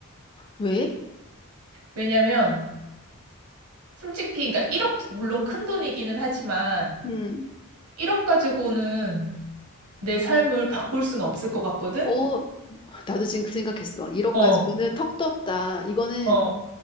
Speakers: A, on the left (about 20°); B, on the right (about 75°).
A: 왜?
B: 왜냐면, 솔직히, 그러니까 1억, 물론 큰 돈이기는 하지만,
A: 음,
B: 1억 가지고는 내 삶을 바꿀 수는 없을 것 같거든?
A: 어, 나도 지금 그 생각했어. 1억
B: 어,
A: 가지고는 턱도 없다. 이거는
B: 어,